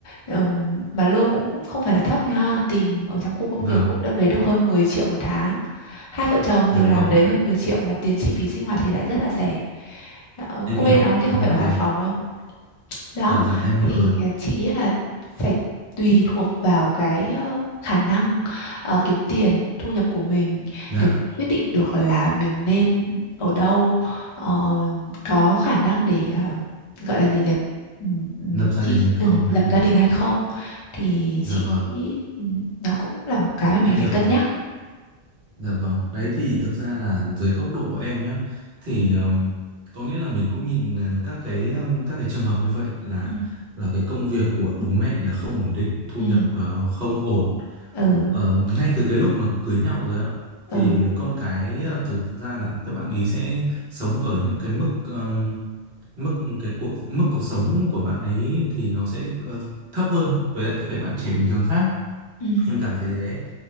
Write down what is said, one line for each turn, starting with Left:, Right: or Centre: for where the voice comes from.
Left: Ừm, mà lương cũng không phải là thấp nha tìm ở trong khu công
Right: vâng
Left: nghiệp cũng đâu đấy được hơn 10 triệu một tháng hai vợ chồng
Right: dạ
Left: đều làm
Right: vâng
Left: ở đấy hơn mười triệu mà tiền chi phí sinh hoạt thì lại rất là rẻ Ờ,
Right: em
Left: quê
Right: hiểu
Left: nó thì
Right: em
Left: không phải
Right: hiểu
Left: ở
Right: rồi
Left: Hải Phòng đâu đó
Right: dạ dạ em hiểu
Left: thì
Right: rồi
Left: ờ, chị nghĩ là phải tùy thuộc vào cái ờ, khả năng ờ, kiếm tiền thu nhập của mình
Right: dạ
Left: để mình quyết định được là mình nên ở đâu ờ, có khả năng để ờ, gọi là gì nhỉ Ừm, ừm,
Right: lập gia
Left: chị
Right: đình hay
Left: ừm,
Right: không hay
Left: lập gia đình hay không thì
Right: dạ
Left: chị
Right: vâng
Left: nghĩ ừm, nó cũng là một cái mà mình
Right: em hiểu
Left: phải cân
Right: rồi
Left: nhắc
Right: Dạ vâng, đấy thì thực ra là dưới góc độ của em nhá thì
Left: ừ
Right: ừm, có nghĩa là mình cũng nhìn ờ, các cái ừm, các cái trường hợp như vậy là
Left: ừ
Right: là cái công việc của bố mẹ là không ổn định, thu
Left: ừ
Right: nhập ờ, không ổn
Left: ừ
Right: Ờ, ngay từ cái lúc mà cưới nhau rồi ạ thì
Left: ừ
Right: con cái ờ, thực ra là các bạn ý sẽ sống ở những cái mức ừm, mức cái cuộc mức cuộc sống của bạn ấy thì nó sẽ ờ, thấp hơn với lại
Left: ừ
Right: các cái bạn trẻ bình thường khác
Left: ừ
Right: em cảm thấy thế